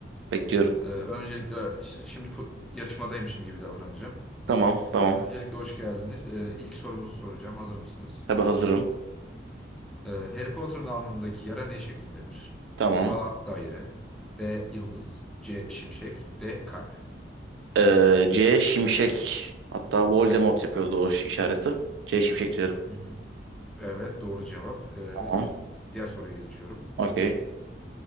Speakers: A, on the right (about 70°); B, in the centre.
A: Bekliyorum.
B: Ee, öncelikle ş- şimdi pu- yarışmadaymışım gibi davranacağım.
A: Tamam tamam.
B: Öncelikle hoş geldiniz. Ee, ilk sorumuzu soracağım. Hazır mısınız?
A: Tabii hazırım.
B: Ee, Harry Potter'ın alnındaki yara ne şeklindedir?
A: Tamam.
B: A. Daire B. Yıldız C. Şimşek D. Kalp.
A: Ee, C Şimşek. Hatta Voldemort yapıyordu o şi- işareti. C Şimşek diyorum.
B: Hı hı. Evet doğru cevap. Ee, önümüz-
A: Tamam.
B: diğer soruya geçiyorum.
A: Okey.